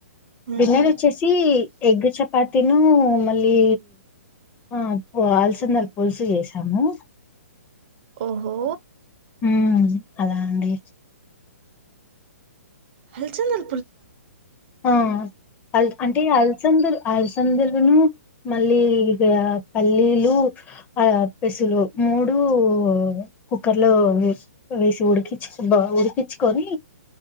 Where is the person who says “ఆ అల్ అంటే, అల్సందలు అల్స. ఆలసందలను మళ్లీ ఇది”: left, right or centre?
Left